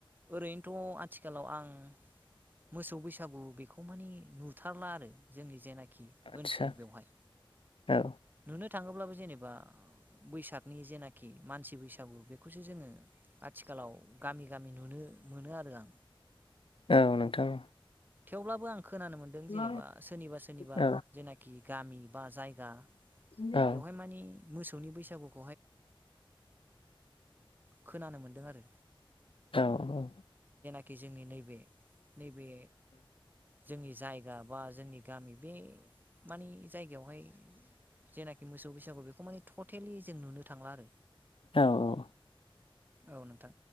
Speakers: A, on the right (about 20°); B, on the left (about 65°).
A: ओरैनोथ' आथिखालाव आं मोसौ बैसागु बेखौ मानि नुथारला आरो जोंनि जेनाखि
B: आदसा
A: ओनसोल बेवहाय
B: औ
A: नु थाङोब्लाबो जेनेबा बैसागनि जेनाखि मानसि बैसागु बेखौसो जोङो आथिखालाव गामि गामि नुनो मोनो आरो आं
B: औ नोंथां।
A: थेवब्लाबो आं खोनानो मोनदों जेनेबा
B: औ
A: सोरनिबा सोरनिबा
B: औ
A: जेनाखि गामि बा जायगा
B: औ।
A: बेवहाय मानि मोसौनि बैसागुखौ खोनानो मोनदों आरो
B: औ औ।
A: कि जोंनि नैबे नैबे जोंनि जायगा बा जोंनि गामि बे मानि जायगायावहाय जेनाखि मोसौ बैसागु बेखौ माने टटेलि जों नुनो थांला आरो
B: औ औ
A: औ नोंथां